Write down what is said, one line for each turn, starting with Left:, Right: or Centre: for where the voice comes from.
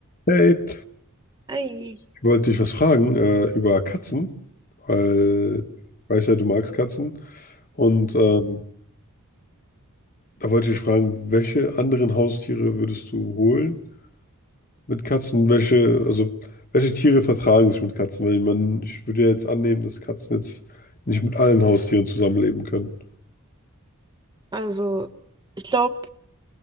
Left: Hey,
Right: Ei.
Left: ich wollte dich was fragen äh, über Katzen, weil ich weiß ja, du magst Katzen. Und ähm, da wollte ich dich fragen, welche anderen Haustiere würdest du holen mit Katzen? Welche, also welche Tiere vertragen sich mit Katzen? Weil man, ich würde ja jetzt annehmen, dass Katzen jetzt nicht mit allen Haustieren zusammenleben können.
Right: Also, ich glaube,